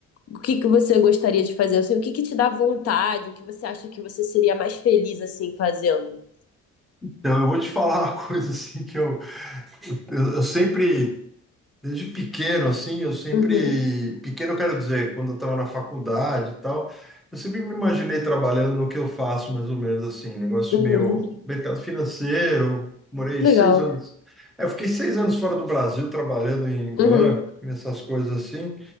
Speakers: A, on the left; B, in the centre.
A: O que que você gostaria de fazer? Assim, o que que te dá vontade? O que você acha que você seria mais feliz assim fazendo?
B: Então, eu vou te falar uma <laughs> coisa assim que eu, eu, eu sempre Desde pequeno, assim, eu sempre.
A: Uhum,
B: Pequeno, eu quero dizer, quando eu estava na faculdade e tal, eu sempre me imaginei trabalhando no que eu faço, mais ou menos assim, negócio
A: uhum.
B: meio mercado financeiro. Morei
A: Legal.
B: seis anos. é, Eu fiquei seis anos fora do Brasil trabalhando em
A: Uhum,
B: banco, nessas coisas assim.